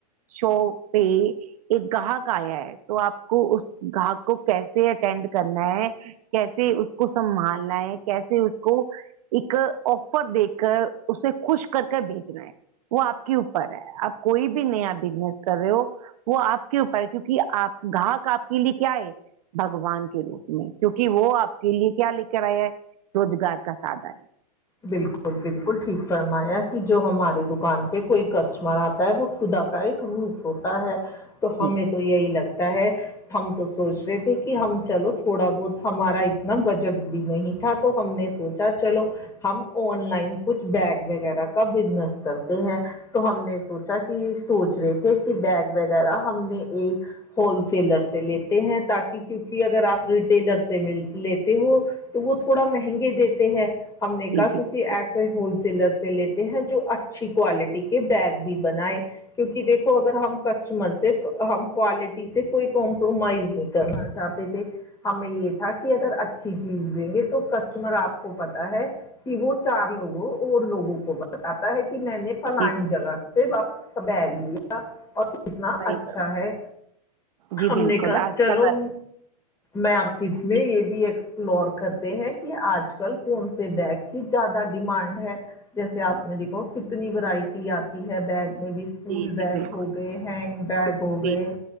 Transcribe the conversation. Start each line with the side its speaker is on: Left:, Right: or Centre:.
Right: شاپ پہ ایک گاہک آیا ہے تو آپ کو اس گاہک کو کیسے اٹینڈ کرنا ہے کیسے اس کو سنبھالنا ہے کیسے اس کو ایک آفر دے کر اسے خوش کر کر بھیجنا ہے وہ آپ کے اوپر ہے آپ کوئی بھی نیا بزنس کر رہے ہو وہ آپ کے اوپر ہے کیونکہ آپ گاہک آپ کے لیے کیا ہے بگوان کے روپ میں کیونکہ وہ آپ کے لیے کیا لے کر آیا ہے روزگار کا سادھن
Left: بالکل بالکل ٹھیک فرمایا کہ جو ہماری دکان پہ کوئی کسٹمر آتا ہے وہ خدا کا ایک روپ ہوتا ہے تو ہمیں
Right: جی
Left: تو یہی لگتا ہے ہم تو سوچ رہے تھے کہ ہم چلو تھوڑا بہت ہمارا اتنا بجٹ بھی نہیں تھا تو ہم نے سوچا اچھا چلو ہم آن لائن کچھ بیگ وغیرہ کا بزنس کرتے ہیں تو ہم نے سوچا کہ سوچ رہے تھے کہ بیگ وغیرہ ہم نے ایک ہولسییلر سے لیتے ہیں تاکہ کیونکہ اگر آپ ریٹیلر سے مل لیتے ہو تو وہ تھوڑا مہنگے دیتے ہیں ہم نے
Right: جی
Left: کہا
Right: جی
Left: کسی
Right: بالکل
Left: ایسا ہول سیلر سے لیتے ہیں جو اچھی کوالٹی کے بیگ بھی بنائے کیونکہ دیکھو اگر ہم کسٹمر سے ہم کوالٹی سے کوئی کمپرومائز نہیں کرنا چاہتے تھے ہمیں یہ تھا کہ اگر اچھی چیز دیں گے تو کسٹمر آپ کو پتاہ ہے کہ وہ چار لوگوں اور لوگوں کو بتاتا ہے کہ میں نے فلانی
Right: جی بالکل
Left: جگہ سے وہ کا بیگ لیا اور کتنا
Right: صحیح
Left: اچھا
Right: فرما-
Left: ہے
Right: جی
Left: ہم
Right: بالکل
Left: نے کہا
Right: آج
Left: چلو
Right: کل
Left: مارکیٹ میں
Right: جی
Left: یہ بھی ایکسپلور کرتے ہیں کہ آج کل کون سا بیگ کی زیادہ ڈیمانڈ ہے جیسے آپ نے دیکھو اتنی ورائٹی آتی ہے بیگ میں بھی
Right: جی
Left: اسکول بیگ
Right: جی بالکل
Left: ہو گئے ہینگ
Right: بالکل
Left: بیگ ہو
Right: جی
Left: گئے